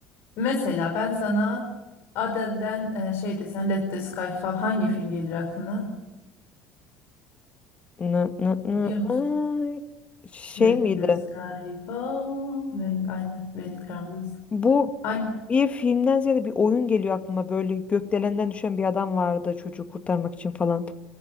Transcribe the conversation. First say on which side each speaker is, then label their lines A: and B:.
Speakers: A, on the left (about 60°); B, on the left (about 30°).
A: Mesela ben sana Adele'den e, şey desem Let the Sky Fall hangi film gelir aklına?
B: Nı, nı, nı,
A: Biliyor musun?
B: ay. Şey
A: Let
B: miydi?
A: the Sky Fall. When it, aynen. When it Crumbles.
B: Bu
A: Hangi?
B: bir filmden ziyade bir oyun geliyor aklıma. Böyle gökdelenden düşen bir adam vardı çocuğu kurtarmak için falan.